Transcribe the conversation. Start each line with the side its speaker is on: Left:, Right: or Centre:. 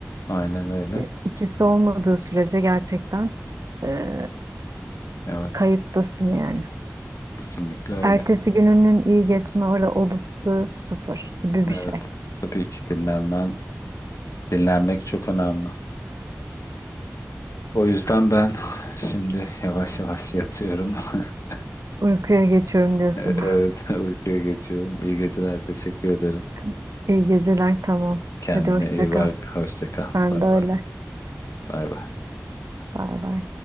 Left: aynen öyle.
Right: e, ikisi olmadığı sürece gerçekten e,
Left: Evet,
Right: kayıptasın yani.
Left: kesinlikle öyle.
Right: Ertesi gününün iyi geçme ola- olasılığı sıfır gibi bir
Left: Evet,
Right: şey.
Left: tabii ki dinlenmen, dinlenmek çok önemli. O yüzden ben şimdi yavaş yavaş yatıyorum. <laughs>
Right: Uykuya geçiyorum diyorsun.
Left: Evet, uykuya geçiyorum. İyi geceler, teşekkür ederim.
Right: <laughs> İyi geceler tamam.
Left: Kendine
Right: Hadi hoşça
Left: iyi
Right: kal.
Left: bak, hoşça kal.
Right: Sen
Left: Bay
Right: de öyle.
Left: bay. Bay bay.
Right: Bay bay.